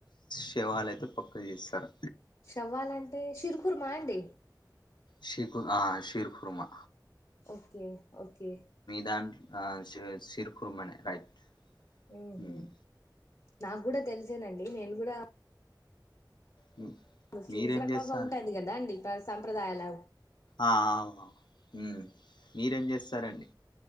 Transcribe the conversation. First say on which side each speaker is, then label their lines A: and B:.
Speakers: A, on the left; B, on the left.
A: శవాలు అయితే పక్క జేస్తార్.
B: శవాల అంటే, షీర్ ఖుర్మా అండి.
A: షీర్ కు, ఆ షీర్ ఖుర్మా.
B: Okay, okay.
A: దాంట్ ఆ షె, షీర్ ఖుర్మా నే రైట్.
B: ఉహూ,
A: హ్మ్.
B: నాగ గూడా తెలిసేనండి. నేను గూడా.
A: హ్మ్.
B: ముస్లిమ్స్
A: మీరేం
B: రకంగా
A: చేస్తారు
B: ఉంటాయండి కదా అండి, పా సంప్రదాయాలు.
A: ఆ ఆ, ఊ హ్మ్మ్. మీరేం జేస్తార్ అండి?